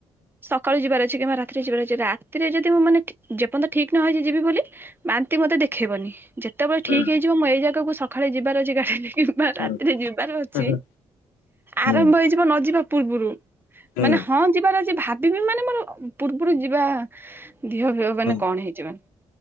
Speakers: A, on the right (about 15°); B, on the left (about 85°).
A: ସକାଳୁ ଯିବାର ଅ ରାତିରେ ଯିବାର ଅଛି ରାତିରେ ଯଦି ମୁଁ ମାନେ ଯେପର୍ଯ୍ୟନ୍ତ ତ ଠିକ ନହେଇଚି ଯିବି ବୋଲି। ବାନ୍ତି ମୋତେ ଦେଖେଇବନି ଯେତେବେଳେ
B: ହୁଁ
A: ଠିକ ହେଇଯିବ। ମୁଁ ଏଇ ଜାଗାକୁ ସକାଳେ ଯିବାର ଅଛି ଗାଡି କିମ୍ବା
B: ହୁଁ
A: ରାତିରେ ଯିବାର ଅଛି
B: ହୁଁ ହୁଁ
A: ଆରମ୍ଭ
B: ହୁଁ
A: ହେଇଯିବ ନ ଯିବା ପୂର୍ବରୁ।
B: ହୁଁ
A: ମାନେ ହଁ ଯିବାର ଅଛି ଭାବିବି ମାନେ ମୋର ପୂର୍ବରୁ ଯିବା ଦିହ ଫିଅ ମାନେ
B: ହୁଁ
A: କଣ ହେଇଯିବ ମାନେ